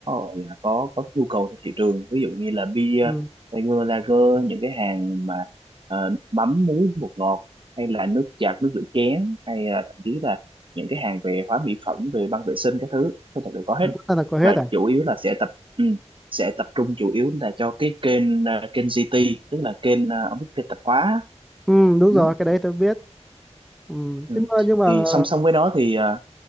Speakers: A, on the right; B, in the centre.
A: gọi là có có nhu cầu trên thị trường ví dụ như là bia
B: ừ.
A: lager lager những cái hàng mà ờ, mắm muối bột ngọt hay là nước giặt nước rửa chén hay là thậm chí là những cái hàng về hóa mỹ phẩm về băng vệ sinh các thứ tất cả đều có
B: à,
A: hết
B: tất cả là có hết
A: và
B: à
A: chủ yếu là sẽ tập ừ, sẽ tập trung chủ yếu là cho cái kênh à, kênh GT tức là kênh à, ông biết kênh tạp hóa
B: ừ, đúng
A: ừ.
B: rồi cái đấy tôi biết ừ.
A: Ừ.
B: thế mà nhưng mà
A: thì song song với đó thì à,